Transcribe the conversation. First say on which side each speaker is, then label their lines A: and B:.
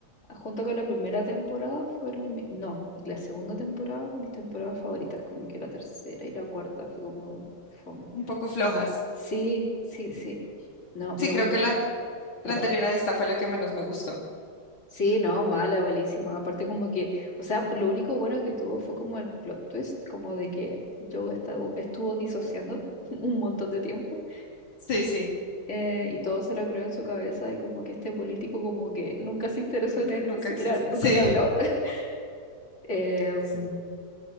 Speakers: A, on the left; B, on the left.
A: junto con la primera temporada fueron, mi- no, y la segunda temporada, mis temporadas favoritas, como que la tercera y la cuarta fue como fome.
B: un poco flojas.
A: Sí, sí, sí. No,
B: Sí,
A: me
B: creo
A: gusta,
B: que la,
A: perdón.
B: la anterior a esta fue la que menos me gustó.
A: Sí, no, mala, malísima. Aparte como que, o sea, lo único bueno que tuvo fue como el plot twist, como de que Joe estaba- estuvo disociando <laughs> un montón de tiempo.
B: Sí, sí,
A: eh, y todo se lo creó en su cabeza y como que este político como que nunca se interesó
B: n-
A: en él,
B: nunca
A: ni siquiera
B: existe.
A: nunca
B: Sí,
A: le habló. <laughs> Em,
B: sí,